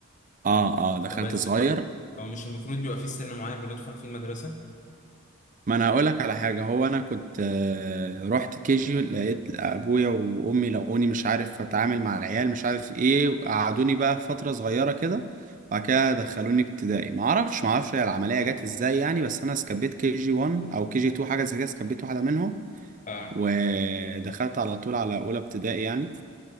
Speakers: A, on the right; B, on the left.
A: اه اه دخلت
B: طب از-
A: صغير
B: او مش المفروض بيبقى في سن معين بندخل فيه المدرسة؟
A: ما انا هقولك على حاجه هو انا كنت آه، رحت كيجي لقيت ابويا وامي لقوني مش عارف اتعامل مع العيال مش عارف ايه قعدوني بقى فتره صغيره كده وبعد كده دخلوني ابتدائي ما اعرفش ما اعرفش هي العمليه جت ازاي يعني بس انا سكبيت كي جي 1 او كي جي 2 حاجه زي كده سكبيت واحده منهم
B: اه
A: ودخلت على طول على اولى ابتدائي يعني